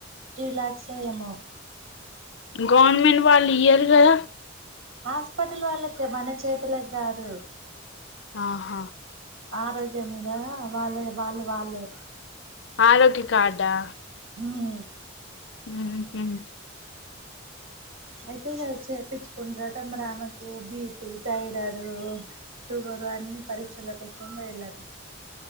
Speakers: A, on the right; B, on the left.
A: త్రీ లాక్స్ ఏమో
B: గవర్మెట్ వాళ్ళు ఇయరు గద
A: హాస్పిటల్ వాళ్ళకి మన చేతులకి కాదు
B: ఆహా
A: ఆరోగ్యం మీద వాళ్ళే వాళ్ళు వాళ్ళే
B: ఆరోగ్య కార్డా
A: మ్మ్
B: హ్మ్మ్ మ్మ్
A: అయితేగాద చేపిచ్ కొండరాటం రామెకు బీ మిగతా ఇరాడు షుగరు అన్ని పరీక్షల కోసం వెళ్ళాడు